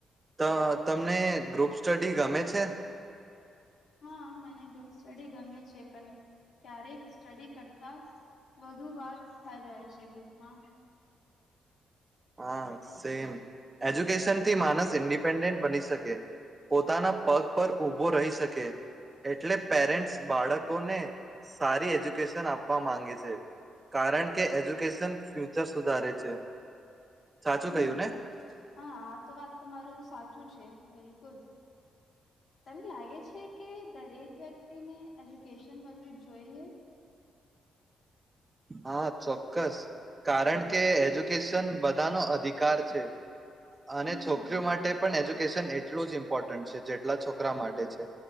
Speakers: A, on the right (about 20°); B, on the left (about 60°).
A: તો તમને ગ્રુપ સ્ટડી ગમે છે?
B: હા મને ગ્રુપ સ્ટડી ગમે છે પણ ક્યારેક સ્ટડી કરતા વધુ વાત થઈ જાય છે ગ્રુપમાં.
A: હા
B: હમ
A: સેમ એજ્યુકેશન થી માણસ ઇન્ડિપેડન્ટ બની શકે, પોતાના પગ પર ઉભો રહી શકે, એટલે પેરેન્ટસ બાળકોને સારી એજ્યુકેશન આપવા માંગે છે, કારણ કે એજ્યુકેશન ફ્યુ ફ્યુચર સુધારે છે. સાચું
B: હમ્મ.
A: કહ્યું ને
B: હા આ તો વાત તમારું સાચું છે. બિલકુલ. તને લાગે છે કે દરેક વ્યક્તિને એજ્યુકેશન મલવું જોઈએ?
A: હા ચોક્કસ. કારણ કે એજ્યુકેશન બધાનો અધિકાર છે
B: હમ
A: અને છોકરીઓ માટે પણ એજ્યુકેશન એટલું જ ઇમ્પોર્ટન્ટ છે જેટલા છોકરા માટે છે.